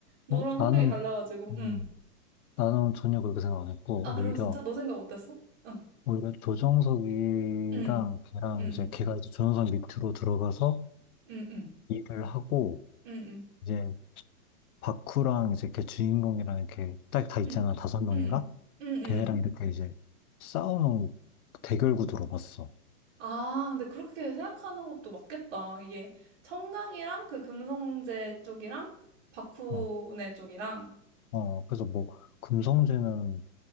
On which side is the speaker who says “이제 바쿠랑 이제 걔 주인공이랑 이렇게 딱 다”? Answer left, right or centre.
Left